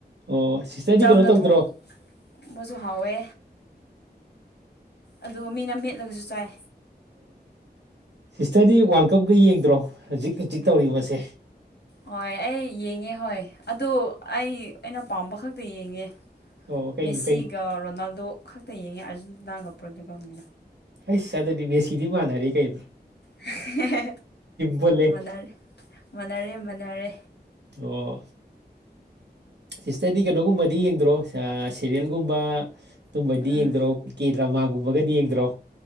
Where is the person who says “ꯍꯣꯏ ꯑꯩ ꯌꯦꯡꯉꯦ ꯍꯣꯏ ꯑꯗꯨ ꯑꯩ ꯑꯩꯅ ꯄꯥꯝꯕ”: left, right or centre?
Left